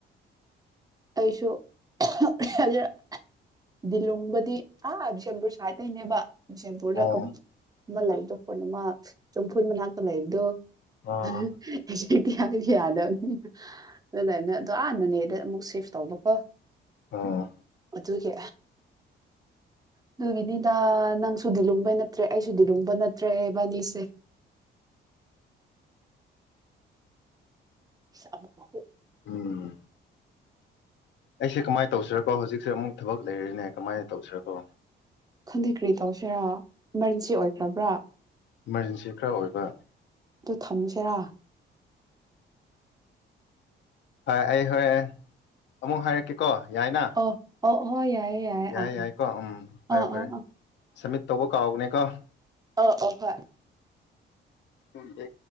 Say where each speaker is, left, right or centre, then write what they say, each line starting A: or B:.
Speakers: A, on the right; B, on the left.
A: ꯑꯩꯁꯨ ꯍꯥꯏꯖꯔ ꯗꯤꯂꯨꯡꯕꯗꯤ ꯑꯥ ꯕꯤꯁꯦꯟꯄꯨꯔ ꯁꯥꯏꯗꯇꯩꯒꯤꯅꯦꯕ ꯁꯦꯝꯄꯨꯔꯗ
B: ꯑꯣ
A: ꯀꯝ ꯃꯂꯥꯏ ꯆꯐꯣꯟ ꯑꯃ ꯆꯨꯝꯐꯨꯟ ꯃꯅꯥꯛꯇ ꯂꯩꯕꯗꯣ
B: ꯑꯥ
A: <inaudible> ꯗꯤ ꯌꯥꯗꯕꯅꯤ ꯑꯗꯨꯥꯏꯅ ꯑ ꯑꯅꯅꯦꯗ ꯑꯃꯨꯛ ꯁꯤꯐ ꯇꯧꯅꯨꯀꯣ
B: ꯑ
A: ꯑꯗꯨꯒꯤ ꯑꯗꯨꯒꯤꯅꯤꯗ ꯅꯪꯁꯨꯗꯤ ꯂꯨꯡꯕꯩ ꯅꯠꯇ꯭ꯔꯦ ꯑꯩꯁꯨꯗꯤ ꯂꯨꯡꯕ ꯅꯠꯇ꯭ꯔꯦꯕꯥꯅꯤꯁꯦ ꯑꯀꯣ
B: ꯎꯝ ꯑꯩꯁꯦ ꯀꯃꯥꯏꯅ ꯇꯧꯁꯤꯔꯀꯣꯖꯤꯛꯁꯦ ꯑꯃꯨꯛ ꯊꯕꯛ ꯂꯩꯔꯅꯦ ꯀꯃꯥꯏꯅ ꯇꯧꯁꯤꯔꯕꯣ
A: ꯈꯪꯗꯦ ꯀꯔꯤ ꯇꯧꯁꯤꯦꯔꯥ ꯏꯃꯥꯔꯖꯦꯟꯁꯤ ꯑꯣꯏꯈ꯭ꯔꯕ꯭ꯔꯥ
B: ꯏꯃꯥꯔꯖꯦꯟꯁꯤ ꯈꯔ ꯑꯣꯏꯕ
A: ꯊꯝꯁꯤꯦꯔꯥ
B: ꯍꯣꯏ ꯑꯩ ꯍꯣꯔꯦꯟ ꯑꯃꯨꯛ ꯍꯥꯏꯔꯛꯀꯦ ꯀꯣ ꯌꯥꯏꯅ
A: ꯑꯣ ꯑꯣ ꯍꯣꯏ ꯌꯥꯏꯌꯦ ꯌꯥꯏꯌꯦ
B: ꯌꯥꯏ
A: ꯑꯥ
B: ꯌꯥꯏꯀꯣ ꯎꯝ
A: ꯑꯥ
B: ꯐꯔꯦ ꯐꯔꯦ
A: ꯑꯥ ꯑꯥ ꯑꯥ
B: ꯁꯝꯃꯤꯠ ꯇꯧꯕ ꯀꯥꯎꯅꯦꯀꯣ
A: ꯑ ꯑꯣ ꯍꯣꯏ
B: ꯍ ꯇꯦ